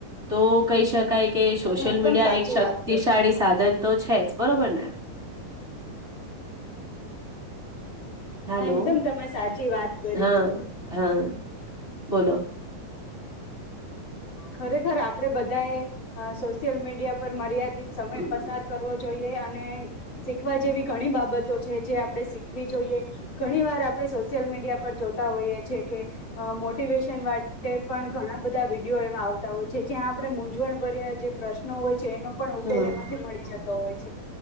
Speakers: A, on the right; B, on the left.
A: તો કહી શકાય કે સોશિયલ
B: તમે એકદમ
A: મીડિયા
B: સાચી
A: એક શક્તિશાળી
B: વાત કરી
A: સાધન તો છે જ બરોબર ને? હાલો
B: હા, એકદમ તમે સાચી વાત કરી.
A: હા હા, બોલો.
B: ખરેખર આપડે બધા એ અહ સોશિયલ મીડિયા પર મર્યાદ દી સમય
A: હમ
B: પસાર કરવો જોઈએ અને શીખવા જેવી ઘણી બાબતો છે જે આપડે શીખવી જોઈએ ઘણી વાર આપડે સોશિયલ મીડિયા પર જોતા હોઈએ છીએ કે અહ મો ટિવેશન માટે પણ ઘણા બધા વિડીયો એ આવતા હોય છે જ્યાં આપડે મૂંઝવણ ભર્યા જે પ્રશ્નો હોય છે એનો પણ ઉકેલ
A: હા.
B: એમાંથી મળી જતો હોય છે.